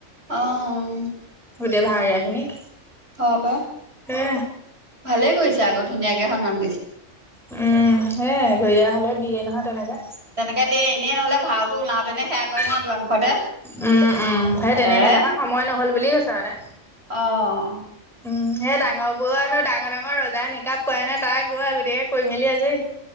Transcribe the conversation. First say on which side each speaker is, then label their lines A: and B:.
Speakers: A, on the right; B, in the centre.
A: অঁহ
B: গোটেই ভাৱৰীয়া খিনিক
A: হয় পা,
B: এ
A: ভালেই কৰিছে আকৌ ধুনীয়াকে সন্মান কৰিছে
B: উম, সেইয়াই ঘৰিয়া হলে দিয়ে নহয় তেনেকা
A: তেনেকে দিয়ে এনেই নহলে ভাওতো ওলাওতেনে সেৱা কৰে নহয়
B: <unintelligible>
A: দুৱাৰমুখতে
B: উম, উম! সেই
A: আদৰে
B: তেনে, সেইদিনাখন সময় নহল বুলে কৈছে মানে।
A: অ'
B: উম সেই ডাঙৰ বোৰনো ডাঙৰ-ডাঙৰ ৰজাই মেকআপ কৰাই নাই, তাই গৈ আৰু গোটেই কৰি মেলি আজৰি।